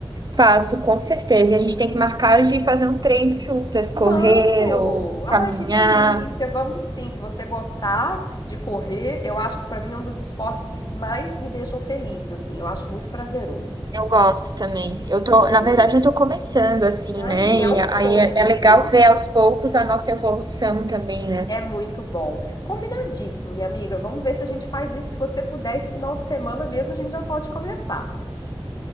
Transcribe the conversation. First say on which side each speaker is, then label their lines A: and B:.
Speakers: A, on the right (about 45°); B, on the left (about 45°).
A: faço com certeza. E a gente tem que marcar de fazer um treino juntas,
B: Vamos!
A: correr ou caminhar.
B: Ai, que delícia! Vamos sim. Se você gostar de correr, eu acho que para mim é um dos esportes que mais me deixam feliz, assim. Eu acho muito prazeroso.
A: Eu gosto também. Eu tô,
B: Uhum.
A: na verdade, eu tô começando assim,
B: Ah,
A: né?
B: e é
A: E
B: aos
A: aí
B: poucos,
A: é, é legal
B: viu?
A: ver aos poucos a nossa evolução também, né?
B: É muito bom. Combinadíssimo, minha amiga. Vamos ver se a gente faz isso. Se você puder, esse final de semana mesmo, a gente já pode começar.